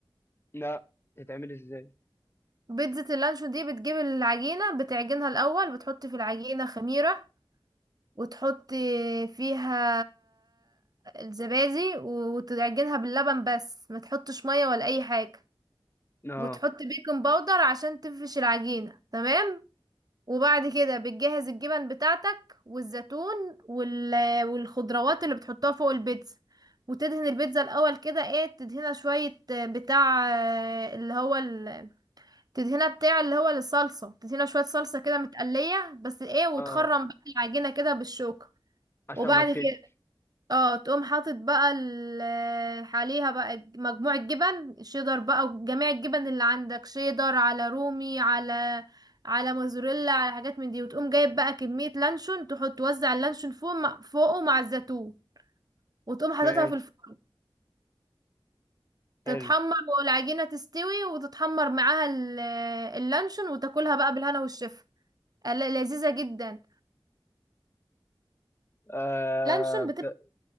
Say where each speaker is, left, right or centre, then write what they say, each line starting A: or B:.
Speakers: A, on the left (about 25°); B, on the right (about 45°).
A: لا تتعمل ازاي
B: بيتزا اللانشون دي بتجيب العجينة بتعجنها الاول بتحط في العجينة خميرة وتحطي فيها الزبادي و- وتعجنها باللبن بس ما تحطش ميه ولا اي حاجه
A: اه
B: وتحطي بيكنج باودر عشان تنفش العجينه تمام وبعد كده بتجهز الجبن بتاعتك والزيتون وال... والخضروات اللي بتحطها فوق البيتزا وتدهن البيتزا الاول كده ايه تدهنها شويه آه، بتاع آه، اللي هو ال... تدهنها بتاع اللي هو الصلصه تدهنها شويه صلصه كده متقليه بس ايه وتخرم
A: اه
B: بقى العجينه كده بالشوكه
A: عشان
B: وبعد
A: ما تكش
B: كده اه تقوم حاطط بقى ال- عليها بقى مجموعة جبن شيدر بقى وجميع الجبن اللي عندك شيدر على رومي على على موزاريلا على حاجات من دي وتقوم جايب بقى كمية لانشون تحط توزع اللانشون فوق مع- فوقه مع الزيتون وتقوم حاططها
A: ماشي
B: في الفرن تتحمر
A: حلو
B: والعجينة تستوي وتتحمر معاها ال- اللانشون وتاكلها بقى بالهنا والشفا ل- لذيذة جدا
A: آه
B: لانشون بتبقى
A: ت-